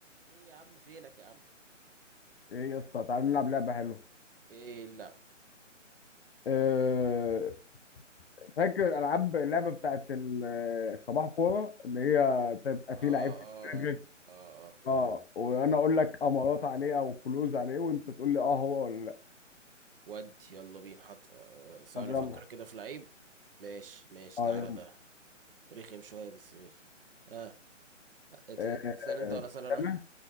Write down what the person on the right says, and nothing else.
ايه يا عم فينك يا عم
ايه لا
اه
اه
اه
ود يلا بينا حط آه، ثواني
افكر كده في لعيب ماشي ماشي
تعالى
ده رخم شوية بس ماشي اه ات-
اسال انت ولا اسال انا